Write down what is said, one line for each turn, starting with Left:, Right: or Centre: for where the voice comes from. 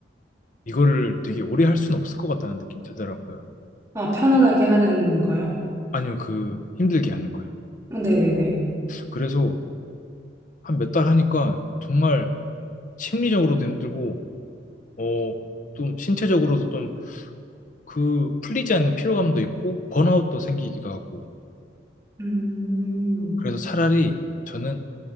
Left: 이거를 되게 오래 할 수는 없을 것 같다는 느낌이 들더라고요.
Right: 아, 편안하게 하는 거요?
Left: 아니요, 그 힘들게 하는 거예요.
Right: 네네네.
Left: 그래서 한 몇 달 하니까 정말 심리적으로도 힘들고, 어, 좀 신체적으로도 좀 그 풀리지 않는 피로감도 있고, 번아웃도 생기기도 하고.
Right: 음.
Left: 그래서 차라리 저는,